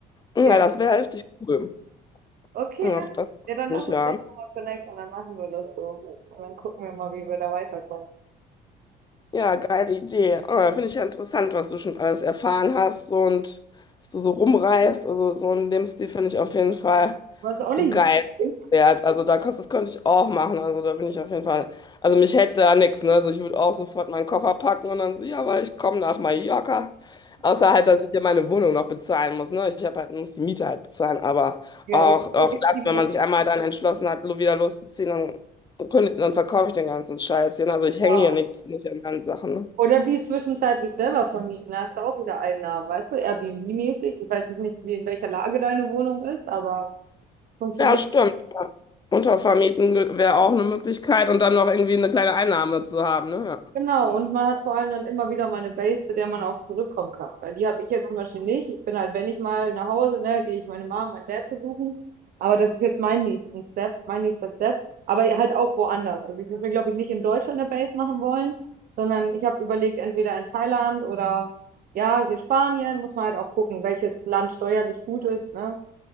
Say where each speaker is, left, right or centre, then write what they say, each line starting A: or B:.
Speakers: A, on the left; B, on the right.
A: Ja,
B: Fair.
A: das wäre richtig cool.
B: Okay,
A: Ja,
B: ne?
A: das freut
B: Ja, dann
A: mich
B: lass uns
A: ja.
B: doch mal connecten und dann machen wir das so. Und dann gucken wir mal, wie wir da weiterkommen.
A: Ja, geile Idee. Oh, ja, finde ich ja interessant, was du schon alles erfahren hast so, und dass du so rumreist. Also so einen Lebensstil finde ich auf jeden Fall
B: Was auch nicht
A: begeisternswert.
B: witzig ist.
A: Also da, könnt- das könnte ich auch machen. Also da bin ich auf jeden Fall. Also mich hält da nichts, ne? Also ich würde auch sofort meinen Koffer packen und dann so, ja, weil ich komme nach Mallorca. Außer halt, dass ich hier meine Wohnung noch bezahlen muss. Ne? Ich hab halt, muss die Miete halt bezahlen. Aber
B: Ja,
A: auch,
B: oder so
A: auch
B: gibt's
A: das,
B: die
A: wenn
B: mal.
A: man sich einmal dann entschlossen hat, lo- wieder loszuziehen, Kündigt, dann verkaufe ich den ganzen Scheiß hier. ne? Also ich
B: Ja.
A: hänge hier nichts, nicht an meinen Sachen. Ne?
B: Oder die zwischenzeitlich selber vermieten. Da hast du auch wieder Einnahmen, weißt du? Airbnb-mäßig. Ich weiß jetzt nicht, wie in welcher Lage deine Wohnung ist, aber funktioniert.
A: Ja, stimmt. Ja. Untervermieten wäre auch eine Möglichkeit und dann noch irgendwie eine kleine Einnahme zu haben. Ne? Ja.
B: Genau, und man hat vor allem dann immer wieder mal eine Base, zu der man auch zurückkommen kann. Weil die habe ich jetzt zum Beispiel nicht. Ich bin halt, wenn ich mal nach Hause, ne, gehe ich meine Mom, meinen Dad besuchen. Aber das ist jetzt mein nächsten Step, mein nächster Step. Aber halt auch woanders. Also ich würde mir, glaube ich, nicht in Deutschland eine Base machen wollen, sondern ich habe überlegt, entweder in Thailand oder ja, hier Spanien, muss man halt auch gucken, welches Land steuerlich gut ist, ne?